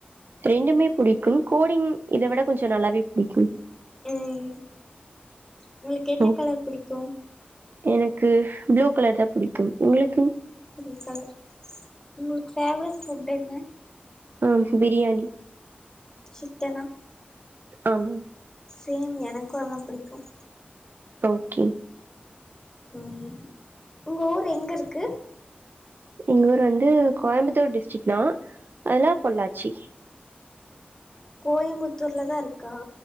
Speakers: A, on the right (about 65°); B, on the left (about 15°).
A: ரெண்டுமே புடிக்கு கோடிங் இத விட கொஞ்சோ நல்லாவே பிடிக்கும்
B: ம் உங்களுக் என்ன
A: ஓ
B: கலர் புடிக்கு
A: எனக்கு ப்ளூ கலர்தா புடிக்கு உங்களுக்கு
B: பிங் கலர் உங்களுக்கு ஃபேவ்ரெட் ஃபுட் என்ன
A: ஆம் பிரியாணி
B: சிக்கனா
A: ஆமாங்
B: சேம் எனக்கும் அதா பிடிக்கும்
A: ஓகே
B: ம் உங்க ஊரு எங்க இருக்கு
A: எங்க ஊர் வந்து கோயம்புத்தூர் டிஸ்ட்ரிக் தா அதுல வந்து பொள்ளாச்சி
B: கோயம்புத்தூர்ல தா இருக்கா